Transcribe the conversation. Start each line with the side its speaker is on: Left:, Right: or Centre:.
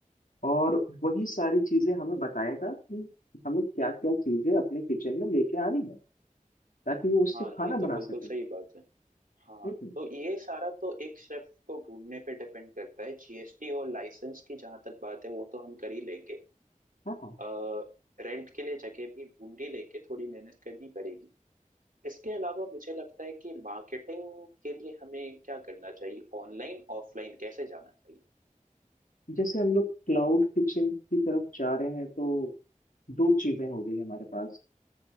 Left: और वही
Right: ठीक
Left: सारी चीजें हमें बताएगा कि हमें क्या क्या चीजें अपने किचन में लेके आनी है ताकि वो उससे
Right: हाँ ये
Left: खाना
Right: तो
Left: बना
Right: बिल्कुल
Left: सके
Right: सही बात है हाँ
Left: हम्म
Right: तो ये सारा तो एक शेफ को ढूंढने पे डिपेंड करता है जीएसटी और लाइसेंस की जहां तक बात है वो तो हम कर ही लेंगे
Left: हाँ हाँ
Right: आ, रेंट के लिए जगह भी ढूंढ ही लेंगे थोड़ी मेहनत करनी पड़ेगी इसके अलावा मुझे लगता है कि मार्केटिंग के लिए हमें क्या करना चाहिए ऑनलाइन ऑफलाइन कैसे जाना चाहिए
Left: जैसे हम लोग क्लाउड किचन की तरफ जा रहे हैं तो दो चीजें हो गई हमारे पास